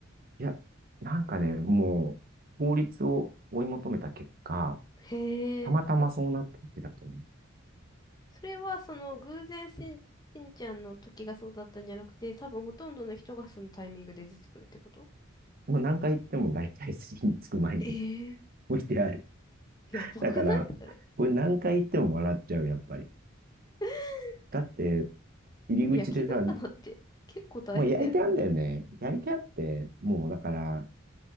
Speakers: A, on the right; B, on the left.
A: いや、なんかね、もう、法律を追い求めた結果、
B: へえ。
A: たまたまそうなっただけだと思
B: それはその偶然しん、しんちゃんの時がそうだったんじゃなくて、多分ほとんどの人がそのタイミングで出てくるってこと
A: う。もう何回言っても大体筋につく前に
B: ええ
A: <laughs> 置いてある。
B: ー、やばくないそれ。
A: だから、これ何回言っても笑っちゃう、やっぱり。
B: <laughs>
A: だって、入り口でさ、
B: でも焼き魚って結構大変だよね。
A: もう焼いてあるんだよね。焼いてあって、もうだから、